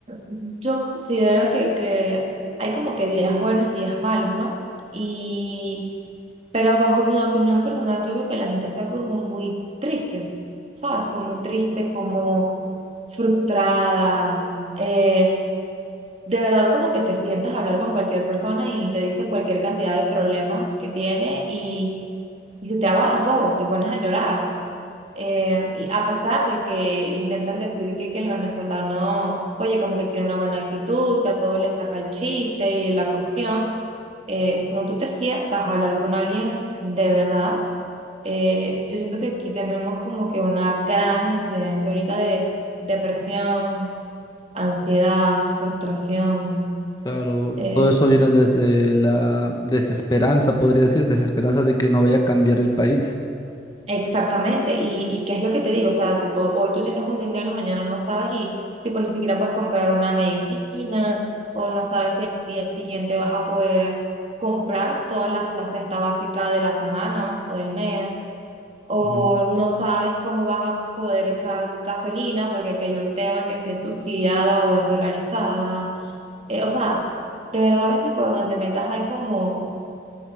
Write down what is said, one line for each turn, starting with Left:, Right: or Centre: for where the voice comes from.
Right: yo considero que, que hay como que días buenos y días malos, ¿no? Y, pero bajo mi opinión personal, yo veo que la gente está como muy triste, ¿sabes? Como triste, como frustrada. eh, de verdad como que te sientas a hablar con cualquier persona y te dice cualquier cantidad de problemas que tiene y, y se te aguan los ojos, te pones a llorar. Eh, y a pesar de que intentan decir que, que el venezolano, oye, como que tiene una buena actitud, que a todos le saca el chiste y la cuestión, eh, cuando tú te sientas a hablar con alguien de verdad, eh, yo siento que aquí tenemos como que una gran incidencia ahorita de depresión, ansiedad, frustración.
Left: Claro,
Right: Eh,
Left: todo eso viene desde la desesperanza, podría decir, desesperanza de que no vaya a cambiar el país.
Right: exactamente, y, y qué es lo que te digo, o sea, tipo, hoy tú tienes un dinero, mañana no sabes y tipo ni siquiera puedes comprar una medicina o no sabes si el día siguiente vas a poder comprar todas las, la cesta básica de la semana o del mes, o
Left: Mm,
Right: no sabes cómo vas a poder echar gasolina porque aquí hay un tema que si es subsidiada o es dolarizada, Eh, o sea, de verdad a veces por donde te metas hay como,